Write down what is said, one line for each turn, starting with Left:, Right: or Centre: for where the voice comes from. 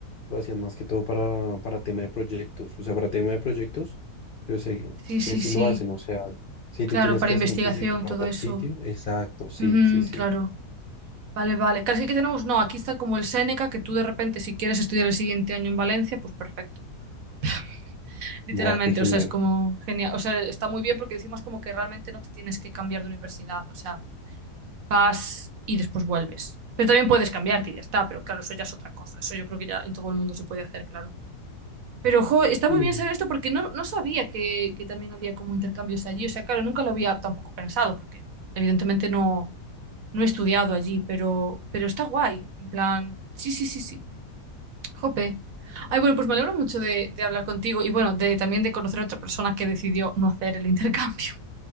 Left: lo hacían más que todo para, para tema de proyectos, o sea, para tema de proyectos, yo sé que,
Right: Sí, sí,
Left: que sí
Right: sí.
Left: lo hacen, o sea, si
Right: Claro,
Left: tú tienes
Right: para
Left: que
Right: investigación,
Left: hacer un proyecto para
Right: todo
Left: tal
Right: eso.
Left: sitio, exacto, sí,
Right: Ujú,
Left: sí, sí,
Right: claro. Vale, vale. Claro, es que aquí tenemos, no, aquí está como el Séneca, que tú de repente, si quieres estudiar el siguiente año en Valencia, pues perfecto. <laughs> Literalmente,
Left: guau, qué genial.
Right: o sea, es como genial. O sea, está muy bien porque decimos como que realmente no te tienes que cambiar de universidad. O sea, vas y después vuelves. Pero también puedes cambiarte y ya está, pero claro, eso ya es otra cosa. Eso yo creo que ya en todo el mundo se puede hacer, claro. Pero, jo, está
Left: Sí.
Right: muy bien saber esto porque no, no sabía que, que también había como intercambios allí. O sea, claro, nunca lo había tampoco pensado porque evidentemente no, no he estudiado allí, pero, pero está guay. En plan, sí, sí, sí, sí. Jope. Ay, bueno, pues me alegro mucho de, de hablar contigo y bueno, de, también de conocer a otra persona que decidió no hacer el intercambio,